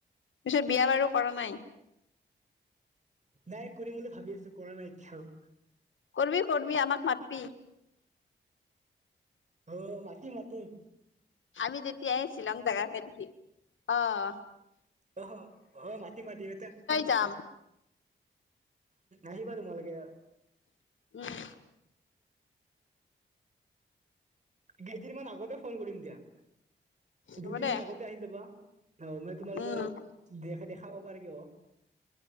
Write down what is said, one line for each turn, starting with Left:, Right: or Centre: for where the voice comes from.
Left: পিছত বিয়া বাৰু কৰা নাই।
Right: নাই কৰিম বুলি ভাবি আছো কৰা নাই এতিয়াও।
Left: কৰবি কৰবি আমাক মাতবি।
Right: অঁ মাটিম মটিম।
Left: আমি যেতিয়াই শ্বিলং জেগা খে দেখি অঁ
Right: আঁহ আঁহ মাটি মাটিম।
Left: যাম
Right: আহিবা তোমালোকে।
Left: উম
Right: কেইদিন মান আগতে ফোন কৰিম দিয়া
Left: হ'ব
Right: দুদিন
Left: দে
Right: মান আগতে আহি যাবা। অঁ মই তোমালোকে
Left: উম
Right: অলপ দে দেখাব পাৰে আকৌ।